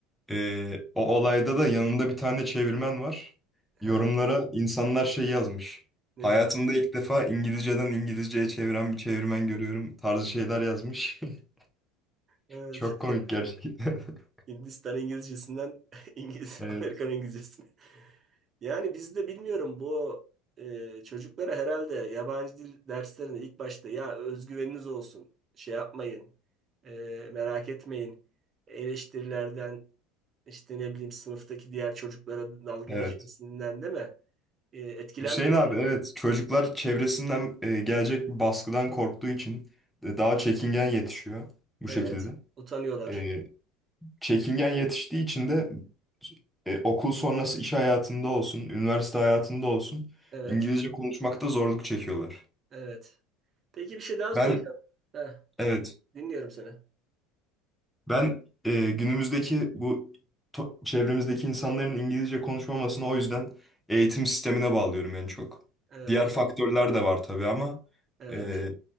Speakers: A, in the centre; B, on the right (about 35°).
A: Ee, o olayda da yanında bir tane çevirmen var.
B: Ha,
A: Yorumlara insanlar şey yazmış.
B: ne
A: Hayatımda
B: demiş?
A: ilk defa İngilizceden İngilizceye çeviren bir çevirmen görüyorum tarzı şeyler yazmış. <laughs>
B: Evet.
A: Çok komik
B: <laughs>
A: gerçekten. <laughs>
B: Hindistan İngilizcesinden <laughs> İngiliz
A: Evet,
B: Amerikan İngilizcesine. Yani biz de bilmiyorum bu e, çocuklara herhalde yabancı dil derslerinde ilk başta ya özgüveniniz olsun, şey yapmayın, e, merak etmeyin, eleştirilerden işte ne bileyim sınıftaki diğer çocuklara dalga
A: evet.
B: geçmesinden değil mi? E, etkilenmeyin.
A: Hüseyin abi evet çocuklar çevresinden e, gelecek bir baskıdan korktuğu için e, daha çekingen yetişiyor bu
B: Evet,
A: şekilde.
B: utanıyorlar.
A: E, çekingen yetiştiği için de e, okul sonrası iş hayatında olsun, üniversite hayatında olsun
B: Evet,
A: İngilizce konuşmakta zorluk çekiyorlar.
B: evet. Peki bir şey daha soracağım.
A: Ben
B: Heh,
A: evet
B: dinliyorum seni.
A: Ben e, günümüzdeki bu to- çevremizdeki insanların İngilizce konuşmamasını o yüzden eğitim sistemine bağlıyorum en çok.
B: Evet,
A: Diğer faktörler de var tabii ama
B: evet,
A: e,